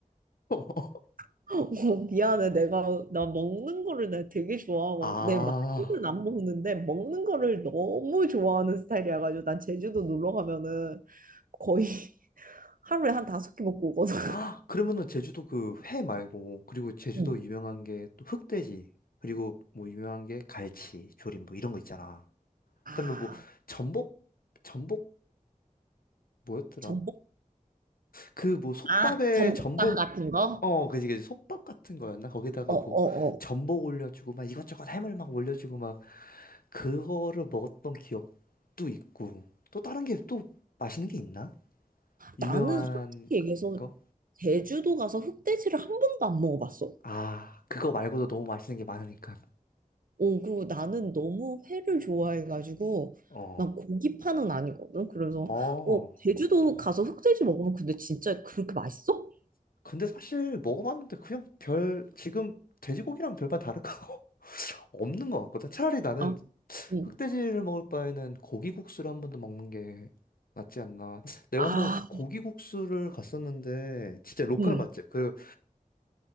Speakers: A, on the left; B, on the right.
A: <laughs>
B: <laughs> 어, 미안해. 내가 나 먹는 거를 내가 되게 좋아하고
A: 아,
B: 내 많이는 안 먹는데 먹는 거를 너무 좋아하는 스타일이라 가지고 난 제주도 놀러 가면은 거의 <laughs> 하루에 한 다섯 개 먹고 오거든.
A: 아, 그러면은 제주도 그 회 말고, 그리고 제주도
B: 음.
A: 유명한 게 또 흑돼지, 그리고 뭐 유명한 게 갈치, 조림 뭐 이런 거 있잖아.
B: <laughs>
A: 그다음에 뭐
B: 아,
A: 전복, 전복 뭐였더라?
B: 전복?
A: 그 뭐 솥밥에
B: 아, 전복탕
A: 전복,
B: 같은 거?
A: 어, 그지, 그지, 솥밥 같은 거였나? 거기다가
B: 어어어
A: 뭐 전복 올려주고 막 이것저것 해물 막 올려주고 막 그거를 먹었던 기억도 있고, 또 다른 게 또 맛있는 게 있나? 유명한
B: 나는 솔직히 얘기해서
A: 거?
B: 제주도 가서 흑돼지를 한 번도 안 먹어봤어.
A: 아, 그거 말고도 너무 맛있는 게 많으니까.
B: 어, 그리고 나는 너무 회를 좋아해가지고
A: 어,
B: 난 고기파는 아니거든. 그래서
A: 어.
B: 어, 제주도 가서 흑돼지 먹으면 근데 진짜 그렇게 맛있어?
A: 근데 사실 먹어봤는데 그냥 별, 지금 돼지고기랑 별반 다를 거 <laughs> 없는 것 같거든. 차라리 나는
B: 아, 응.
A: 흑돼지를 먹을 바에는 고기국수를 한 번 더 먹는 게 낫지 않나. 내가
B: 아,
A: 한번 고기국수를 갔었는데, 진짜 로컬
B: 응.
A: 맛집. 그